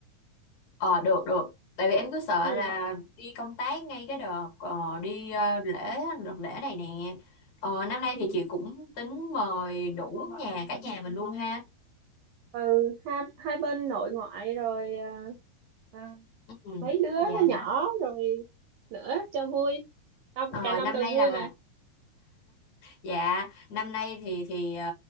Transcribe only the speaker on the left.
ờ được được tại vì em cứ sợ
là đi công tác ngay cái đợt ờ, đi ờ, lễ đợt lễ này nè ờ, năm nay
thì chị cũng tính mời đủ nhà cả nhà mình luôn ha
ừ,
dạ
ờ,
năm
nay
là
dạ năm nay thì thì ờ,